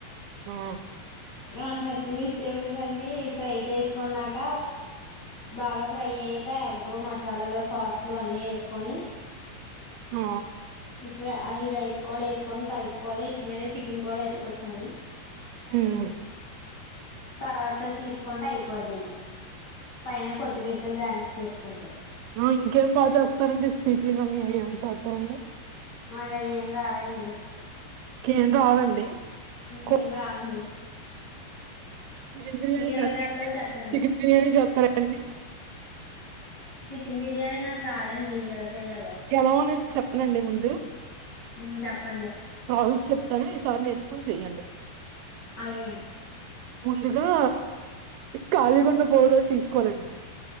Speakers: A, on the right; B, on the left.
A: ఆ
B: మనకు నచ్చిన ఈస్టేబుల్స్ అన్ని ఫ్రై చేసుకున్నాక. బాగా ఫ్రై అయ్యాక. ఎగ్, మసాలాలు, సాస్లు అన్నీ ఏసుకొని
A: ఆ
B: ఇ ఫ్రై అయి రైస్ కూడా వేసుకొని కలుపుకోలి. ఇష్టమదే చికెన్ గూడా ఏసుకోవచ్చండి.
A: ఉమ్
B: తర్వాత తీసుకుంటే అయిపోద్దండి. పైన కొత్తిమీర్తో గార్లీష్ చేసుకుంటయ్.
A: ఆ ఇంకేమి బాగా చేస్తారండి. స్పిట్ లు గానీ అయి ఏమన్ చేత్తరండి.
B: నాగయేం రావండి.
A: నేను రావండి
B: ఇంకేం
A: కో
B: రావండి
A: చికెన్ బిర్యానీ
B: మీరు
A: చేస్త
B: ఎలా చేస్తారో చెప్పండి
A: చికెన్ బిర్యానీ చేస్తారా అండి
B: చికెన్ బిర్యానీ నాకు రాదండి ఎలా చెయాలో
A: ఎలాగో నేను చెప్పనండి ముందు
B: ఉ చెప్పండి
A: ఆస్ చెప్తాను ఈసారి నేర్చుకొని చెయ్యండి
B: అలాగే అండి
A: ముందుగా కాళీగొండ పోలోటి తీసుకోలండి